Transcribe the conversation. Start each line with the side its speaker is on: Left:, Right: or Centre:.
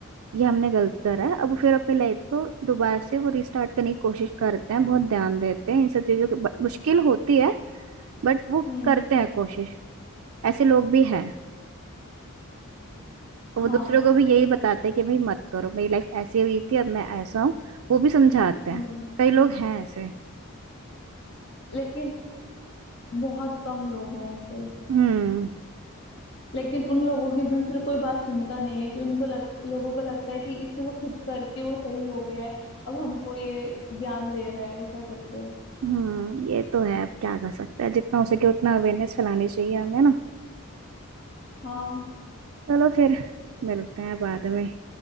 Right: ये हमने गलत करा है अब फिर अपनी लाइफ को दोबारा से वो रिस्टार्ट करने की कोशिश करते हैं बहुत ध्यान देते हैं इन सब चीजों की ब- मुश्किल होती है बट वो
Left: हम्म
Right: करते हैं कोशिश ऐसे लोग भी हैं और वो
Left: हाँ
Right: दूसरों को भी यही बताते हैं कि भाई मत करो मेरी लाइफ ऐसी हुई थी अब मैं ऐसा हूँ वो भी समझाते हैं
Left: हम्म
Right: कई लोग हैं ऐसे
Left: लेकिन बहुत कम लोग हैं ऐसे
Right: हम्म
Left: लेकिन उन लोगों की भी फिर कोई बात सुनता नहीं है कि उनको लग, लोगों को लगता है कि इसने तो खुद करके वो सही हो गया है अब हमको ये ज्ञान दे रहा है ऐसा करके
Right: हम्म ये तो है अब क्या कर सकते हैं जितना हो सके उतना अवेयरनेस फैलानी चाहिए हमें ना
Left: हाँ
Right: चलो फिर मिलते हैं बाद में